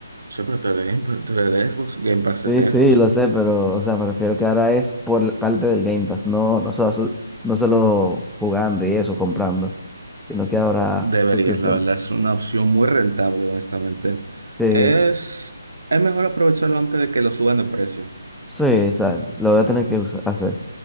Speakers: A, on the right; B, in the centre.
A: sí, pero tú eres de Game Pass, tú eres de Xbox, Game Pass
B: Sí,
A: es de
B: sí,
A: Xbox.
B: lo sé, pero, o sea, me refiero que ahora es por la parte del Game Pass, no, no solo, su- no solo jugando y eso, comprando, sino que ahora
A: Deberías,
B: suscripción.
A: la verdad, es una opción muy rentable, honestamente.
B: Sí,
A: Es, es mejor aprovecharlo antes de que lo suban de precio.
B: sí, ¿sabes? Lo voy a tener que usa- hacer.